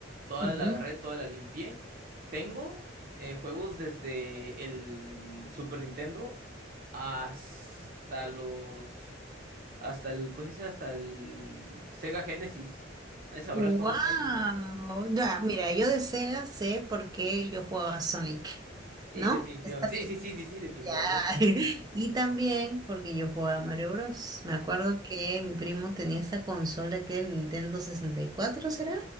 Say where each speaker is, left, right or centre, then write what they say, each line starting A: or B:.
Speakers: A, on the right (about 50°); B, on the right (about 20°).
A: toda
B: ujú.
A: la agarré, toda la limpié. Tengo eh, juegos desde el Super Nintendo hasta los, hasta el, ¿cómo se dice? Hasta el Sega Genesis. Ahí sabrás
B: Wow,
A: cuántos tengo.
B: ya, mira, yo de Sega sé por qué yo jugaba Sonic,
A: Sí,
B: ¿no?
A: definitivamente.
B: Está
A: Sí, sí, sí, sí, sí, definitivamente.
B: Ya. <laughs> Y también porque yo jugaba Mario Bros. Me acuerdo que mi primo tenía esta consola que era el Nintendo sesenta y cuatro ¿será?